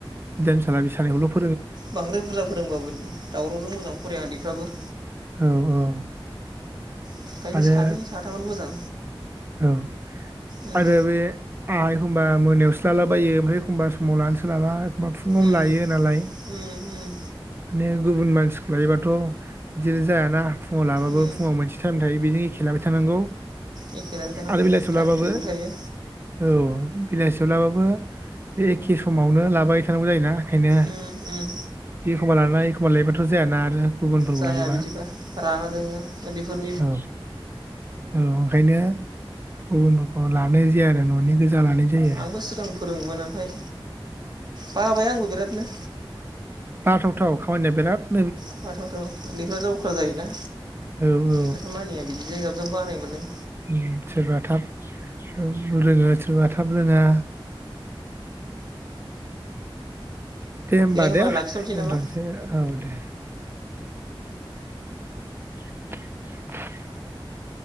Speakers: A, on the right; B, on the right.
A: बिधान <unintelligible>
B: बांद्राय बुरजा फोरोंबाबो दावरावजों मोजां फराया उन्दैफ्राबो
A: औ- औ
B: ओंखायनो
A: आरो
B: सानै साथामानो मोजां
A: औ
B: उम
A: आरो बे आ एखम्बा मोनायावसो लालाबायो ओमफ्राय एखमबा समाव लानो सोलाबा माफुंङावनो
B: उम
A: लायो नालाय
B: उम उम
A: माने गुबुन मानसिखौ लायोबाथ' बिदिनो जायाना फुङाव लाबाबो
B: उम
A: फुङाव मोनसि थायो बिनि एखे लाबाय थानांगौ।
B: एखे लायबाय थानांगौ
A: आरो बिलाइ सलाबाबो
B: टाइम टेबोल थायो
A: औ। बेलासियाव लाबाबो बे एखे समावनो लाबायबाय थानांगौ जायोना। ओंखायनो
B: उम उम।
A: बे एखमबा लानाय एखमा लेयाबाथ' जायाना आरो। गुबुनफोरखौ
B: जाया
A: लायोबा
B: बिदिबा रागा जोङो उन्दैफोर
A: औ औ। ओंखायनो गुबुनफोरखौ लानाय जाया आरो न'नि गोजा लानाय जायो
B: आंबो सिगां फोरोङोमोन ओमफाय बाबाय आंबो बिरादनो।
A: बाथावथाव खामानिया बिराद।
B: बाथावथाव उन्दैफ्रा जा अख्रा जायोना
A: औ औ
B: खोथा मानिया बिदिजाय जों बानाय मोनो।
A: उम, सोरबा थाब औ रोङो सोरबा थाब रोङा। दे ओमबा
B: होमबा
A: दे
B: लाखिथ'नोसै
A: दोनथ'नोसै
B: नामा
A: औ दे। <unintelligible>